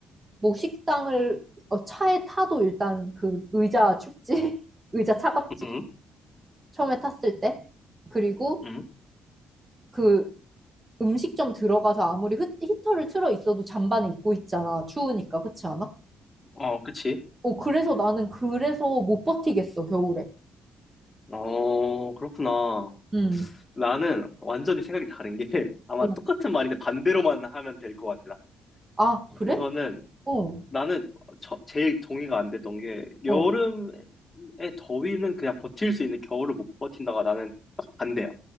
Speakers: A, on the right; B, on the left.
A: 뭐 식당을 어, 차에 타도 일단 그 의자 춥지? <laughs> 의자 차갑지?
B: 음
A: 처음에 탔을 때. 그리고
B: 음
A: 그 음식점 들어가서 아무리 히, 히터를 틀어 있어도 잠바는 입고 있잖아. 추우니까. 그렇지 않아?
B: 어, 그치.
A: 어, 그래서 나는 그래서 못 버티겠어, 겨울에.
B: 어, 그렇구나.
A: 음.
B: 나는 완전히 생각이 다른 게, <laughs> 아마
A: 어,
B: 똑같은 말인데 반대로만 하면 될 것 같아, 난.
A: 아, 그래?
B: 우선은,
A: 어.
B: 나는 처- 제일 동의가 안 됐던 게, 여름에
A: 어.
B: 더위는 그냥 버틸 수 있는데 겨울을 못 버틴다가 나는 딱 반대야.